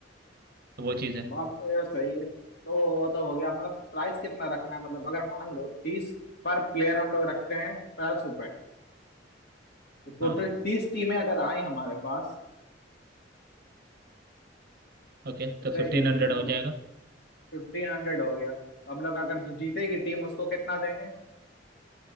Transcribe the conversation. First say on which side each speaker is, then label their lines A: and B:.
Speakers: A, on the right (about 55°); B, on the left (about 60°).
A: तो वो चीज़ है
B: बात तो यार सही है तो वो तो हो गया मतलब प्राइस कितना रखना है मतलब अगर मान लो तीस पर प्लेयर हम लोग रखते हैं पचास रुपए तो टोटल
A: हाँ
B: तीस टीमें अगर आए हमारे पास
A: ओके तो
B: तो
A: फिफ्टीन हंड्रेड हो जाएगा
B: फिफ्टीन हंड्रेड हो गया तो हम लोग अगर जो जीतेगी टीम उसको कितना देंगे